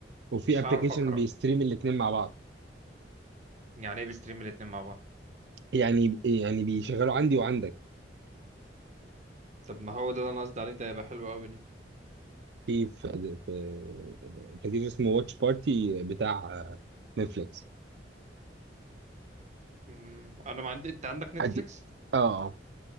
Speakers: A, on the right; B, on the right.
A: وفي
B: مش
A: ابلكيشن
B: هعرف اقرا
A: بيستريم الاثنين مع بعض
B: يعني ايه بستريم الاتنين مع بعض
A: يعني يعني بيشغلوا عندي وعندك
B: طب ما هو ده اللي انا قصدي عليه ده يبقى حلو قوي ده
A: في في في ابلكيشن اسمه واتش بارتي بتاع نتفليكس
B: مم، انا ما عندي انت عندك نتفليكس
A: ادي اه اه